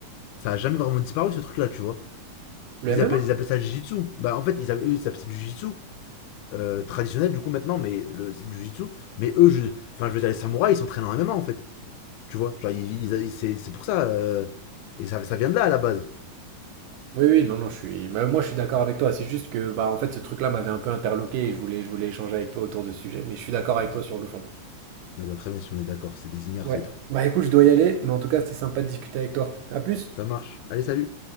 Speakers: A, on the left; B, on the right.
A: ça a jamais vraiment disparu ce truc-là, tu vois.
B: Le
A: Ils
B: MMA?
A: appellent, ils appellent ça le Jiu-Jitsu. Bah, en fait, ils appellent, eux, ils appellent ça du Jiu-Jitsu. euh, traditionnel du coup maintenant, mais le c'est du jitsu. Mais eux, je, enfin, je veux dire, les samouraïs, ils s'entraînent en MMA en fait. Tu vois, genre, ils- ils- c'est c'est pour ça. euh, et ça, ça vient de là à la base.
B: Oui, oui, non, non, je suis, bah, moi je suis d'accord avec toi. C'est juste que, bah, en fait, ce truc-là m'avait un peu interloqué et je voulais, je voulais échanger avec toi autour de ce sujet, mais je suis d'accord avec
A: Voilà.
B: toi sur le fond.
A: Ah bah, très bien, si on est d'accord, c'est des ignares,
B: Ouais.
A: c'est tout.
B: Bah, écoute, je dois y aller, mais en tout cas, c'était sympa de discuter avec toi. À plus!
A: Ça marche. Allez, salut!